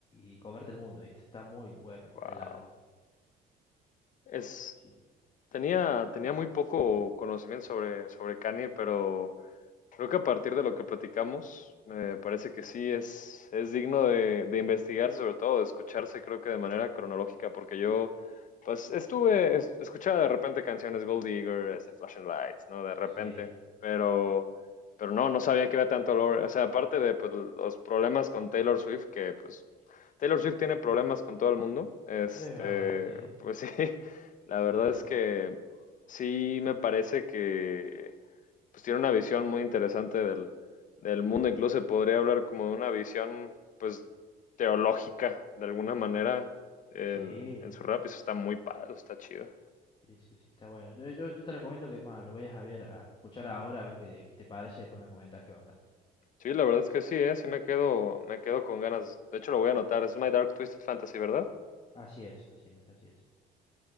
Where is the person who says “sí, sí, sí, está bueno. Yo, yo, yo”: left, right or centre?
Left